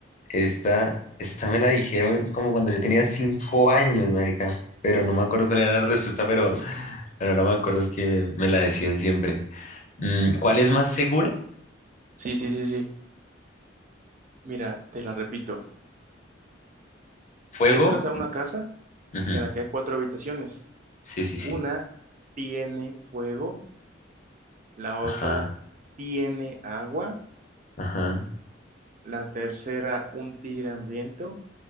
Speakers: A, on the left; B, on the right.
A: esta, esta me la dijeron como cuando yo tenía cinco años, marica. Pero no me acuerdo cuál era la respuesta, pero, pero ahora me acuerdo que me la decían siempre. Mm, ¿cuál es más segura?
B: Sí, sí, sí, sí. Mira, te la repito.
A: ¿Fuego?
B: Entras a una casa
A: Ujú,
B: en la que hay cuatro habitaciones.
A: Sí, sí, sí.
B: Una tiene fuego, la
A: Ajá.
B: otra tiene agua,
A: Ajá,
B: la tercera un tigre hambriento